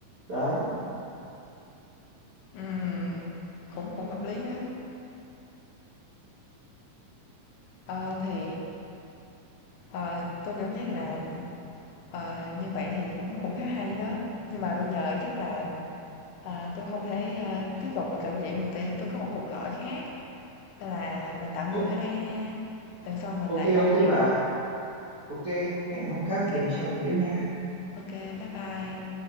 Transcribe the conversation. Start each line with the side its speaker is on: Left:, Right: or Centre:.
Right: đấy
Left: ừm, cũng cũng hợp lý đó. Ờ, thì, ờ, tôi cảm giác là, ờ, như vậy thì cũng cũng khá hay đó, nhưng mà bây giờ chắc là, ờ, tôi không thể, ơ, tiếp tục cuộc trò chuyện được tại tôi có một cuộc gọi khác. Tức là mình tạm dừng
Right: Ô-
Left: ở đây ha, lần sau mình
Right: ok
Left: lại bàn
Right: ok
Left: tiếp.
Right: bà ok hẹn hôm khác
Left: ok,
Right: mình
Left: kê,
Right: trao đổi tiếp nha
Left: ô bye bye.